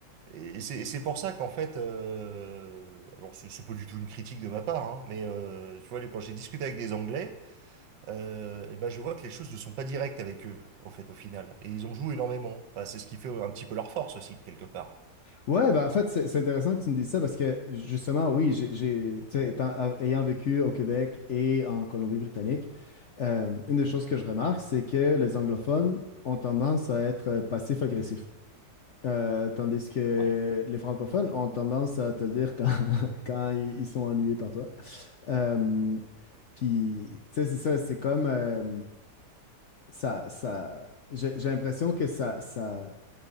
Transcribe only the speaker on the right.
et c'est et c'est pour ça qu'en fait, euh, alors c'est c'est pas du tout une critique de ma part, hein, mais euh, tu vois, les- quand j'ai discuté avec des Anglais, euh, et ben je vois que les choses ne sont pas directes avec eux, au fait, au final. Et ils en jouent énormément. Enfin, c'est ce qui fait un petit peu leur force aussi, quelque part.
Ouais,